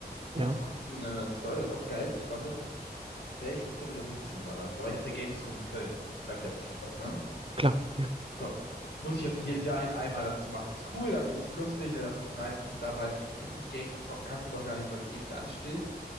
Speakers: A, on the left; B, on the right.
A: Dazu
B: Ja,
A: kurz eine Story, was auch geil ist. Ich war mit 16 oder 17 war das. Da war ich auf der Gamescom in Köln. Sagt ja bestimmt was, ne?
B: klar, ja.
A: So. Muss ich jetzt nicht jedes Jahr hin, einmal das zu machen. Ist cool, dafür ist es lustig, ne, dafür ist es nice, bist du da, weil richtig Games zocken kannst du doch gar nicht, weil du ewig anstehst.